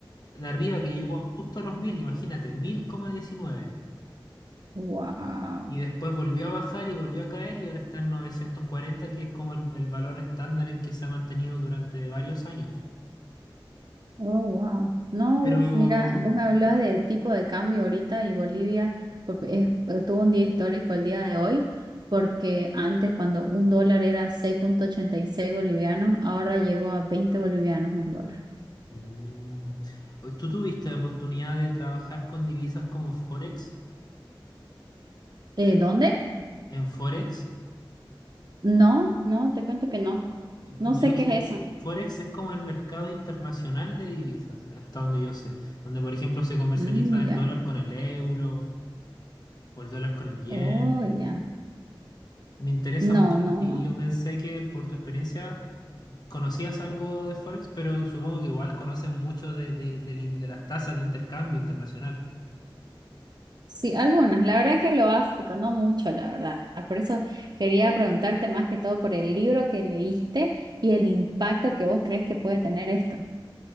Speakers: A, on the left; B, on the right.
A: de arriba que llegó justo a los 1.000 imagínate, mil coma diecinueve
B: Wow.
A: Y después volvió a bajar y volvió a caer y ahora está en 940 que es como el el valor estándar en que se ha mantenido durante varios años.
B: Oh, wow. No,
A: Pero
B: uf, mira, vos me hablabas de tipo de cambio ahorita y Bolivia porque es- eh, tuvo un día histórico el día de hoy, porque antes cuando un dólar era seis punto ochenta y seis bolivianos, ahora llegó a 20 bolivianos un dólar.
A: Mm. ¿Tú tuviste la oportunidad de trabajar con divisas como Forex?
B: Eh, ¿dónde?
A: En Forex,
B: No, no, te cuento que no.
A: Eh,
B: No
A: yo
B: sé qué
A: sé,
B: es eso.
A: Forex es como el mercado internacional de divisas, hasta donde yo sé, donde por ejemplo se comercializa
B: Mm,
A: el
B: ya.
A: dólar con el euro o el dólar con el yen.
B: Oh, ya.
A: Me interesa
B: No,
A: mucho
B: no,
A: y
B: no.
A: yo pensé que por tu experiencia conocías algo de Forex, pero supongo que igual conoces mucho de, de del in- de las tasas de intercambio internacional.
B: Sí, algunos, la verdad que lo básico, no mucho, la verdad. Por eso quería preguntarte más que todo por el libro que leíste y el impacto que vos crees que puede tener esto.